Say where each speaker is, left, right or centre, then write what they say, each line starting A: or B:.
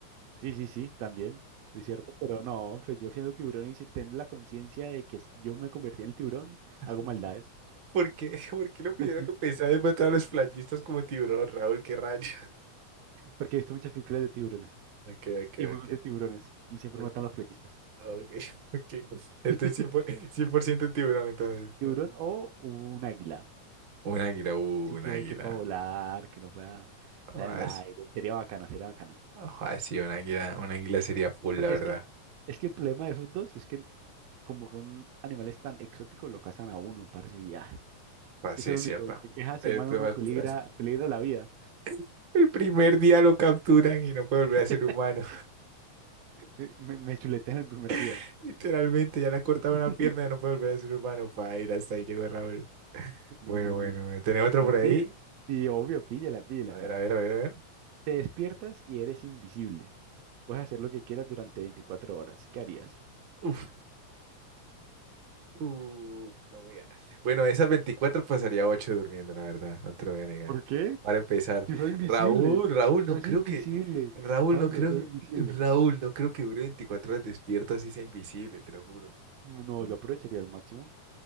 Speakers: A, on the right; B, on the right.
A: Sí, sí, sí, también. Es cierto, pero no, pues yo siendo tiburón y si tengo la conciencia de que yo me convertí en el tiburón,
B: <laughs>
A: hago maldades.
B: ¿Por qué? <laughs> ¿Por qué lo primero
A: <laughs>
B: que pensaba es matar a los playistas como tiburón, Raúl? ¿Qué rayo?
A: Porque he visto muchas películas de tiburones
B: Ok, ok,
A: y juegos
B: ok.
A: de tiburones y siempre
B: Ok,
A: matan a los playistas.
B: ok, <laughs> ok.
A: <laughs>
B: Entonces cien cien por ciento, cien por ciento tiburón, entonces.
A: Tiburón o un águila.
B: Un águila, uh,
A: Así
B: un
A: que
B: águila.
A: que pueda volar, que no pueda estar
B: Ah,
A: en el aire. Sería bacano, sería bacano.
B: Ajá, sí, un águila, un águila sería full,
A: Porque
B: la verdad.
A: es que, es que el problema de esos dos es que como son animales tan exóticos, lo cazan a uno, parce, y ya.
B: Ah,
A: Es
B: sí,
A: el
B: es
A: único
B: cierto.
A: que queja semana
B: El tema
A: uno peligra,
B: es, pues,
A: peligra la vida.
B: <laughs> el primer día lo capturan y no puede volver
A: <laughs>
B: a ser humano.
A: Eh, Me, me chuletean el primer día.
B: <laughs> Literalmente, ya le han cortado
A: <laughs>
B: una pierna y no puede volver a ser humano. Para ir hasta ahí llegó Raúl.
A: No,
B: Bueno,
A: no,
B: bueno,
A: no, no.
B: bueno. ¿Tenés otra
A: Pero
B: por ahí?
A: sí, sí, obvio, píllala, píllala,
B: A
A: vea.
B: ver, a ver, a ver, a ver.
A: Te despiertas y eres invisible. Puedes hacer lo que quieras durante 24 horas. ¿Qué harías?
B: Uf. Uf, no voy a- Bueno, de esas 24 pasaría 8 durmiendo, la verdad, no te lo voy a negar.
A: ¿Por qué?
B: Para empezar,
A: Si soy invisible.
B: Raúl, Raúl, no
A: Sos
B: creo
A: invisible.
B: que, Raúl,
A: Pablo,
B: no creo,
A: soy invisible.
B: Raúl, no creo que dure 24 horas despierto así sea invisible, te lo juro.
A: No,
B: Mm.
A: yo aprovecharía al máximo.